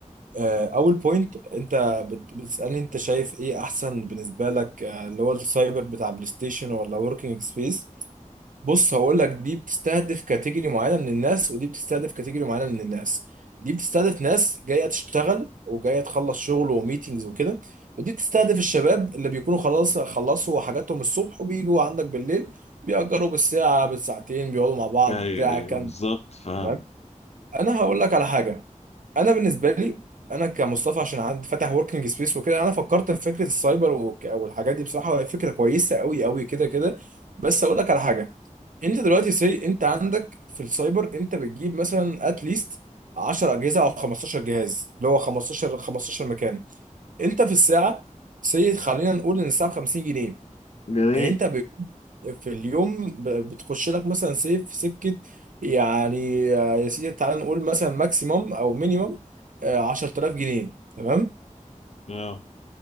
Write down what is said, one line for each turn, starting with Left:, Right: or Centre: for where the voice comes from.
Right: آه، اول بوينت انت بت- بتسالني انت شايف ايه احسن بالنسبه لك آه، اللي هو السايبر بتاع بلاي ستيشن ولا وركينج سبيس بص هقول لك دي بتستهدف كاتيجوري معينه من الناس ودي بتستهدف كاتيجوري معينه من الناس دي بتستهدف ناس جايه تشتغل وجايه تخلص شغل وميتينجز وكده ودي بتستهدف الشباب اللي بيكونوا خلاص خلصوا حاجاتهم الصبح وبيجوا عندك بالليل بيأجروا بالساعه بالساعتين بيقعدوا مع بعض
Left: ايوه
Right: بتاع
Left: ايوه
Right: كام
Left: بالظبط فاهم
Right: تمام انا هقول لك على حاجه انا بالنسبه لي انا كمصطفى عشان عندي فاتح وركينج سبيس وكده انا فكرت في فكره السايبر وك- والحاجات دي بصراحه وهي فكره كويسه قوي قوي كده كده بس اقول لك على حاجه انت دلوقتي سي انت عندك في السايبر انت بتجيب مثلا اتليست 10 اجهزه او 15 جهاز اللي هو 15 15 مكان انت في الساعه سي خلينا نقول ان الساعه ب 50 جنيه
Left: جميل
Right: يعني انت ب... في اليوم ب... بتخش لك مثلا سي في سكه يعني آه، يا سيدي تعال نقول مثلا ماكسيموم او مينيموم 10000 جنيه تمام
Left: اه